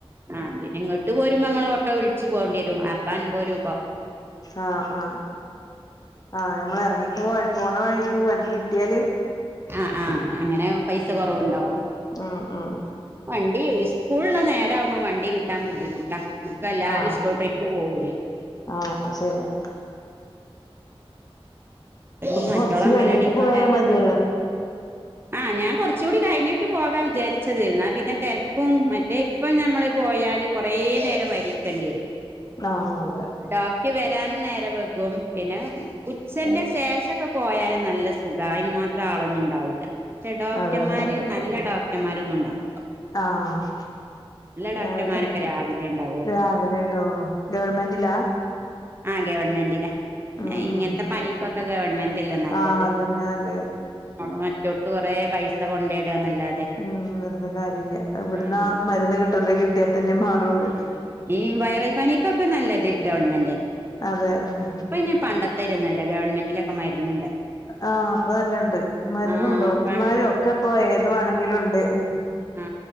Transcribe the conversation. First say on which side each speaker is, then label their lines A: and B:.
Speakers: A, on the right; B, on the left.
A: ആഹ് പിന്നെങ്ങട്ട് പോരുമ്പമ്മള് ഓട്ടോ വിൾച്ച് പോണ്ടിയെരും പ്പൻമ്പരു
B: ആ ആ ആ ഞമ്മളെറങ്ങി പോണ വഴി ക്ക് വണ്ടി കിട്ട്യാല്
A: ആഹ് ആഹ് അങ്ങനാവുമ്പൊ പൈസ കൊറവ്ണ്ടാവും
B: ഉം ഉം
A: വണ്ടി ഇസ്കൂളുള്ള നേരാവുമ്പോ വണ്ടി കിട്ടാൻ ബുദ്ധിമുട്ടാ എല്ലാരും
B: ആ
A: സ്കൂൾ ട്രിപ്പ് പോവേ
B: ആ ശരിയാ അപ്പൊ
A: ഈ മറ്റോളെ
B: കൊർച്ച്
A: അങ്കലാടി
B: കഴിഞ്ഞ്ട്ട് പോയാ
A: കൊണ്ടാക്കാണ്ട്
B: മതിയല്ലോ?
A: ആഹ് ഞാൻ കൊറച്ചുടി കഴിഞ്ഞിട്ട് പോകാ വിചാര്ച്ചത് എന്നാ പിന്നെ തെരക്കും മറ്റേ ഇപ്പം നമ്മള് പോയാല് കൊറേ നേരം വരിക്കെണ്ടി വരും
B: ആഹ് അതെ
A: ഡോക്ട് വരാനും നേരം വെകും പിന്നെ ഉച്ചന്റെ ശേഷൊക്കെ പോയാല് നല്ല സുഖാ അയ്ന് മാത്രാളൊന്നുണ്ടാവൂല ക്ഷെ ഡോക്ടമ്മാര്
B: അതന്നെ
A: നല്ല ഡോക്ടമ്മാരൊന്നൂണ്ടാവൂലന്ന് ണ്
B: ആഹ്
A: ഡോക്ടർമാരൊക്കെ
B: രാവിലെ
A: രാവിലെ ഉണ്ടാവുള്ളു
B: രാവിലേണ്ടാവൊള്ളു ഗവൺമെന്റിലാ
A: ആ ഗവൺമെൻ്റിലാ ഞാ
B: ഉം
A: ഇങ്ങൻത്തെ
B: ഉം
A: പനി ക്കൊക്കെ ഗവൺമെന്റല്ലെ നല്ലത്
B: ആഹ് അതന്നെ നല്ലത്
A: അവ്ടെ മറ്റോട്ത്ത് കൊറേ പൈ സ കൊണ്ടേടാന്നല്ലാതെ
B: ഉം വെർതെ കാര്യല്ല്യ അത് ഇവിടുന്നാ
A: ആഹ് അതെ
B: മരന്ന് കിട്ടണ്ടത് കിട്ട്യാതന്നെ മാറൊള്ളു
A: ആഹ് ഈ വയറൽ പനിക്കൊക്കെ നല്ലത് ഗവൺമെന്റന്നെ
B: അതെ ഉം
A: ഇപ്പയ്ന് പണ്ടെത്താര്യൊന്നല്ല ഗവൺമെൻ്റിലൊക്കെ മരന്ന്ണ്ട്
B: ആഹ് ഇപ്പൊ എല്ലണ്ട് മര്ന്നും
A: ആഹ്
B: ഡോക്ടർമാരും
A: പൺ
B: ഒക്കെപ്പൊ ഏത് വാണെങ്കിലുണ്ട് ഉം
A: ആ,